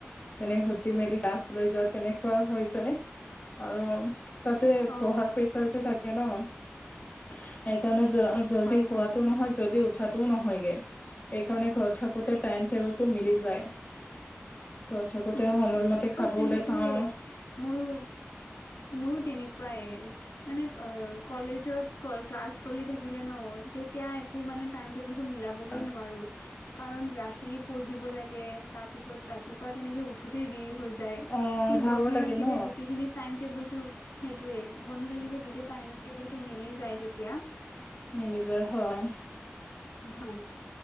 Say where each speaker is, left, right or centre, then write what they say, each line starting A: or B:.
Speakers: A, on the left (about 35°); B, on the left (about 85°).
A: তেনে উঠি মেলি ক্লাছ লৈ যোৱা তেনেকুৱা হৈ যায়। আৰু তাতে
B: অ
A: পঢ়াৰ প্ৰেচাৰটো থাকে ন। সেইকাৰণে অ জল্দি
B: হয়
A: হোৱাটো
B: হয়
A: নহয়, জল্দি উ থাটো নহয়গে। সেইকাৰণে ঘৰত থাকোতে টাইম টেবুলটো মিলি যায়। ঘৰত থাকোতে
B: উম
A: সময়মতে
B: উম উম
A: খাবলে
B: অ তে সেইটোৱেয
A: পাওঁ
B: মোৰো মোৰো তেনেকুৱাই। মানে কলেজত ক্লাছ চলি থাকিলে ন, তেতিয়া একো মানে টাইম টো মিলাবগৈ
A: অ
B: নোৱাৰো। কাৰণ ৰাতি পঢ়িব লাগে, তাৰপিছত ৰাতি পুৱা তেনেকৈ উঠোতে দেৰি হৈ যাই।
A: অ
B: কিন্তু
A: ভাগৰ
B: বন্ধ
A: লাগে
B: থাকিলে
A: ন
B: গোটেইখিনি টাইম টেবুল সেইটোয়ে বন্ধ থাকিলে গোটেই টাইম টেবুলটো মিলি যায় তেতিয়া।
A: মিলি যায় হয়।
B: হয়